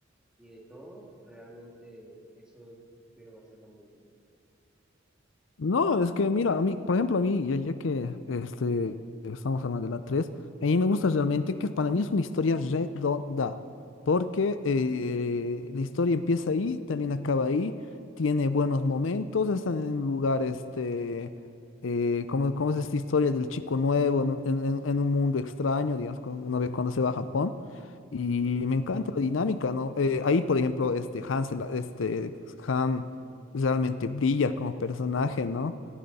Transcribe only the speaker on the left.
No, es que mira, a mí, por ejemplo, a mí, ya, ya que este, estamos hablando de la tres a mí me gusta realmente que para mí es una historia redonda, porque eh, la historia empieza ahí, también acaba ahí, tiene buenos momentos, está en un lugar, este, eh, como, como es esta historia del chico nuevo en, un en- en- en un mundo extraño, digamos, cuando, uno ve cuando se va a Japón, y
me encanta la dinámica, ¿no? Eh, ahí, por ejemplo, este, Hansel, este, Han realmente brilla como personaje, ¿no?